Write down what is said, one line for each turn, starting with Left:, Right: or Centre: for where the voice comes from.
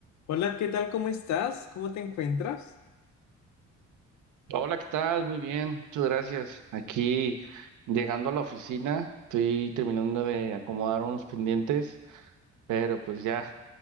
Left: Hola, ¿qué tal? ¿Cómo estás? ¿Cómo te encuentras?
Right: Hola, ¿qué tal? Muy bien, muchas gracias. Aquí llegando a la oficina, estoy terminando de acomodar unos pendientes, pero pues ya